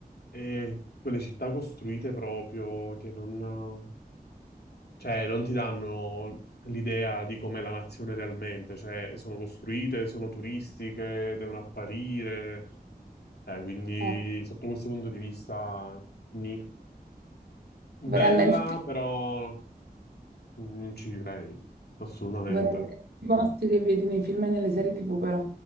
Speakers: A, on the left; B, on the right.
A: è quelle città costruite proprio che non, cioè, non ti danno l'idea di com'è la nazione realmente, cioè, sono costruite, sono turistiche, devono apparire, eh, quindi
B: Eh,
A: sotto questo punto di vista... nì.
B: vorrei
A: Bella,
B: andare in tutti
A: però non ci vivrei, assolutamente.
B: vorrei andare in tutti i posti che vedi nei film e nelle serie TV, però,